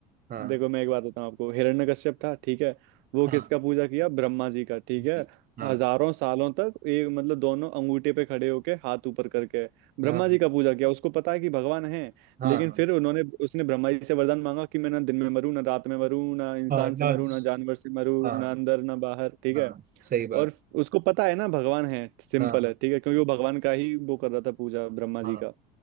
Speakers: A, on the right; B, on the right.
A: हाँ
B: देखो मैं एक बात बताऊं आपको हिरण्यकश्यप था ठीक है वो
A: हाँ
B: किसका पूजा किया ब्रह्मा जी का ठीक
A: जी
B: है
A: हाँ
B: हजारों सालों तक एक मतलब दोनों अंगूठे पे खड़े होके हाथ ऊपर करके ब्रह्मा
A: हाँ
B: जी का पूजा किया उसको पता है कि भगवान है
A: हाँ
B: लेकिन
A: हाँ
B: फिर उन्होंने उसने ब्रह्मा जी से वरदान मांगा कि मैं ना दिन में मरूं ना रात में मरूं ना इंसान
A: हाँ
B: से
A: लाज
B: मरूं ना जानवर से मरूं
A: हाँ
B: ना अंदर ना बाहर ठीक
A: हाँ
B: है
A: सही बात
B: और उसको पता है ना भगवान है सिंपल
A: हाँ हाँ
B: है ठीक है क्योंकि वो भगवान का ही वो कर रहा था पूजा ब्रह्मा
A: हाँ
B: जी का